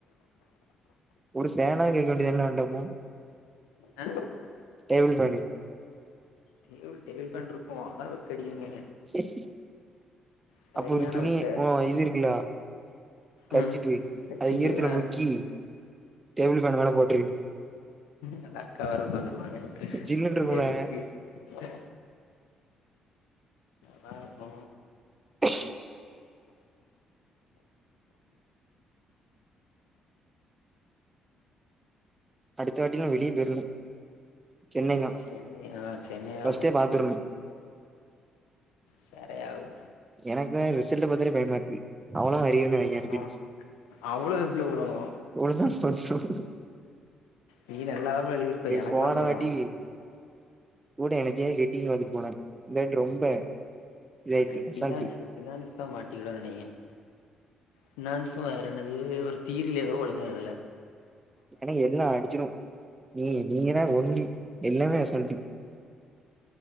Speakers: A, on the right; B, on the left.
A: ஒரு ஃபேனா கேட்க வேண்டியத அவன்ட்ட அப்போ
B: ஆ
A: table fan
B: table table fan இருக்கு அதா வெக்கடிக்குங்க
A: ம் <inaudible>
B: சரியான
A: அப்ப ஒரு துணி
B: வெக்க
A: ஓ இது இருக்குலா கர்சிப்பு
B: ம் வச்சுக்கு
A: அத ஈரத்துல
B: ஆ
A: முக்கி டேபிள் பேன் மேல போட்ரு
B: நல்லாருக்கா அவங்க வந்துருவாங்க
A: ஜில்லுன்னு இருக்கும்ல
B: எதுக்கு அ நா இப்போ
A: <inaudible> அடுத்த வாட்டிலு வெளிய போய்ரணு சென்னை தா
B: சென்னை அதா சென்னைதா
A: ஃபர்ஸ்ட்டே
B: போனு
A: பாத்துரணு
B: சிறையாது
A: எனக்குமே ரிசல்ட்டு பாத்தாவே பயமா இருக்கு அவளா வரகிற நீங்க
B: ஆ
A: எத்துருச்சு
B: அவ்ளோ இப்ல விழும்
A: இவ்ளதா <unintelligible>
B: நீ நல்லாதாப்பா எழுதிருப்ப எனக்கு
A: போன
B: தா பயோ
A: வாட்டி கூட எனத்த கெட்டிங்க் பாத்துட்டு போனாங்க இந்தாட்டு ரொம்ப இதாயிட்டு
B: அ
A: அசால்ட்டு
B: பினான்ஸ் பினான்ஸ் தா மாட்டிக்கிடுனு நெனைக்க பினான்ஸும் வேறு என்னது ஒரு தீரியில ஏதோ ஒழுங்க எழுதுள
A: எனக்கு எல்லா அடிச்சிடு நீ நீ தான ஒண்ணி எல்லாமே அசால்டு